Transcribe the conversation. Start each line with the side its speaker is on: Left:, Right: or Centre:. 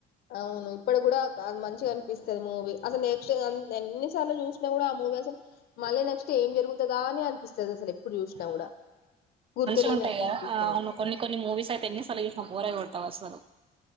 Left: అవును ఇప్పడు కూడా కా మంచి కనిపిస్తు మూవీ అస నెక్స్ట్ ఎన్ని సార్లు చూసినా కూడా ఆ మూవీ అసలు మళ్ళీ నెక్స్ట్ ఏం జరుగుతుందా అని అనిపిస్తుంది అసలు ఎప్పుడు చూసినా
Right: ఆ
Left: కూడా గుర్తులేనట్టు
Right: మంచిగా ఉంటాయా
Left: అనిపిస్తది
Right: అవును కొన్ని కొన్ని మూవీస్ అయితే ఎన్నిసలు చేసిన బోర అయ కొడతావు అసలు